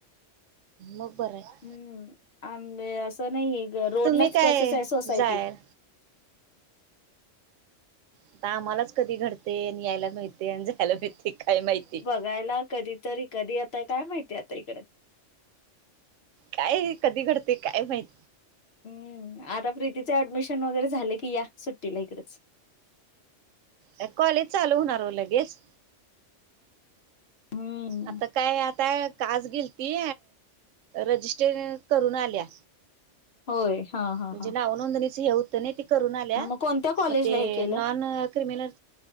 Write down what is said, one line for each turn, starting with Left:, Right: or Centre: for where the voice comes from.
Right: मग बरं हाय
Left: हम्म आ असं नाही रोडला
Right: तुम्ही काय
Left: तचच आहे सोसायटी
Right: जायल आता आम्हालाच कधी घडते आणि यायला मिळते आणि जायला मिळते काय माहिती
Left: जायला कधीतरी कधी यताय काय माहितीय आता इकड
Right: काय हे कधी घडतय काय माहित
Left: हम्म आता प्रीतीचं ऍडमिशन वगैरे झाले की या सुट्टीला इकडच
Right: अ कॉलेज चालू होणार हो लगेच
Left: हम्म
Right: आता काय आता आज गेल ती रजिस्टर करून आल्या
Left: होय हा
Right: म्हणजे
Left: हा हा
Right: नाव नोंदणीच हे होत नाही ते करून आल्या
Left: हा मग कोणत्या कॉलेजला
Right: म ते
Left: हे केलं
Right: नॉन क्रिमिनल